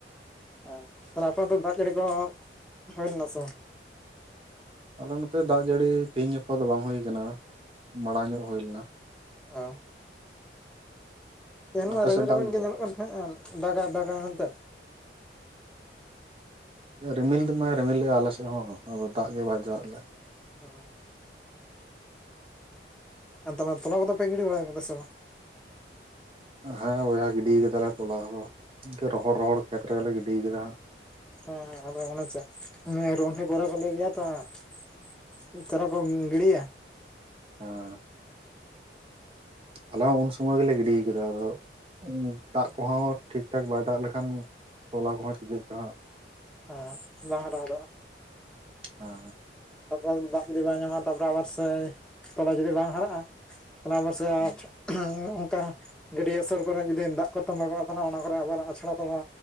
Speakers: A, in the centre; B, on the right.
A: ᱦᱮ ᱛᱟᱦᱞᱮ ᱟᱯᱮ ᱚᱱᱛᱮ ᱫᱟᱜ ᱡᱟᱹᱲᱤ ᱠᱚ ᱦᱩᱭ ᱞᱮᱱᱟ ᱥᱮ ᱵᱟᱝ?
B: ᱟᱞᱮ ᱱᱚᱛᱮ ᱫᱟᱜ ᱡᱟᱹᱲᱤ ᱛᱮᱦᱮᱧ ᱜᱟᱯᱟ ᱫᱚ ᱵᱟᱝ ᱦᱩᱭ ᱟᱠᱟᱱᱟ ᱢᱟᱲᱟᱝ ᱧᱚᱜ ᱦᱩᱭ ᱞᱮᱱᱟ᱾
A: ᱚ᱾ ᱛᱮᱦᱮᱧ
B: ᱟᱯᱮ
A: ᱢᱟ ᱨᱤᱢᱤᱱ-ᱨᱤᱢᱤᱱ
B: ᱥᱮᱫ ᱫᱟᱜ ᱞᱮᱫᱟᱭ
A: ᱜᱮ ᱧᱮᱞᱚᱜ ᱠᱟᱱ ᱛᱟᱦᱮᱸ-ᱟ ᱫᱟᱜᱟᱭ-ᱫᱟᱜᱟᱭ ᱢᱮᱱᱛᱮᱫ᱾
B: ᱨᱤᱢᱤᱞ ᱫᱚ ᱢᱟᱭ ᱨᱤᱢᱤᱞ ᱞᱮᱜ-ᱟ ᱟᱞᱮ ᱥᱮᱫ ᱦᱚᱸ ᱟᱫᱚ ᱫᱟᱜ ᱜᱮ ᱵᱟᱭ ᱫᱟᱜ ᱞᱮᱜ᱾
A: ᱦᱚᱸ᱾ ᱟ ᱛᱟᱞᱟᱝᱜ ᱛᱚᱞᱟ ᱠᱚᱫᱚ ᱯᱮ ᱜᱤᱰᱤ ᱵᱟᱲᱟ ᱟᱠᱟᱫᱟ ᱥᱮ ᱵᱟᱝ?
B: ᱦᱮᱸ ᱵᱚᱭᱦᱟ ᱜᱤᱰᱤ ᱠᱟᱫᱟᱞᱮ ᱛᱚᱞᱟ ᱦᱚ ᱨᱚᱦᱚᱲ-ᱨᱚᱦᱚᱲ ᱠᱷᱮᱛ ᱨᱮᱜᱮ ᱞᱮ ᱜᱤᱰᱤ ᱠᱟᱫᱟ᱾
A: <unintelligible> ᱪᱟᱨᱟ ᱠᱚᱢ ᱜᱤᱰᱤᱭᱟ?
B: <unintelligible> ᱦᱚᱞᱟ ᱦᱚᱸ ᱩᱱ ᱥᱚᱢᱚᱭ ᱜᱮᱞᱮ ᱜᱤᱰᱤ ᱠᱮᱫᱟ ᱟᱫᱚ ᱩᱸ ᱫᱟᱜ ᱠᱚᱦᱚᱸ ᱴᱷᱤᱠ ᱴᱷᱟᱠ ᱵᱟᱭ ᱫᱟᱜ ᱞᱮᱠᱷᱟᱱ ᱛᱚᱞᱟ ᱠᱚᱦᱚᱸ ᱪᱮᱫᱟᱹᱜ ᱛᱮ ᱦᱟᱸᱜ
A: ᱦᱮᱸ ᱞᱟᱦᱟ ᱞᱟᱦᱟ ᱫᱚ᱾
B: ᱦᱮᱸ᱾
A: ᱛᱟᱯᱚᱨᱮ ᱫᱟᱜ ᱡᱩᱫᱤ ᱵᱟᱭ ᱧᱟᱢᱟ ᱛᱟᱯᱚᱨᱮ ᱟᱵ ᱥᱮ ᱛᱚᱞᱟ ᱡᱩᱫᱤ ᱵᱟᱝ ᱦᱟᱨᱟᱜ-ᱟ ᱛᱟᱦᱞᱮ
B: ᱦᱮᱸ
A: <unintelligible> ᱦᱩᱸ ᱚᱱᱠᱟ ᱜᱟᱹᱰᱤᱭᱟᱹ ᱥᱩᱨ ᱠᱚᱨᱮ ᱡᱩᱫᱤ ᱫᱟᱜ ᱠᱚᱛᱟᱢ ᱞᱟᱜᱟᱣ ᱟᱠᱟᱱᱟ ᱚᱱᱟ ᱠᱚᱨᱮ ᱟᱵᱟᱨ ᱟᱪᱷᱲᱟ ᱛᱚᱞᱟ